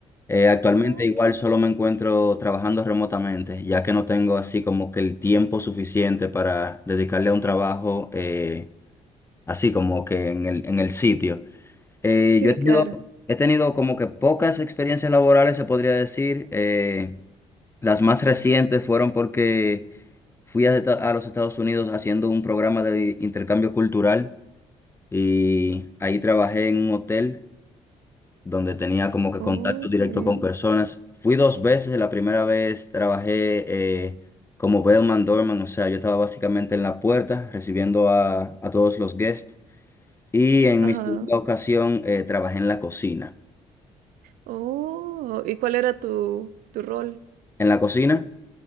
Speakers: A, on the left; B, on the right.
A: eh, actualmente
B: Ok.
A: igual solo me encuentro trabajando remotamente, ya que no tengo así como que el tiempo suficiente para dedicarle a un trabajo eh, así como que en el, en el sitio. Eh,
B: Sí,
A: yo he tenido,
B: claro.
A: he tenido como que pocas experiencias laborales, se podría decir. Eh, las más recientes fueron porque fui a, Eta- a los Estados Unidos haciendo un programa de intercambio cultural y ahí trabajé en un hotel donde tenía como que
B: Oh,
A: contacto directo
B: Ok.
A: con personas. Fui dos veces, la primera vez trabajé eh, como bellman doorman, o sea, yo estaba básicamente en la puerta recibiendo a, a todos los guests y en
B: Ajá.
A: mi segunda ocasión eh, trabajé en la cocina.
B: Oh, ¿y cuál era tu, tu rol?
A: En la cocina.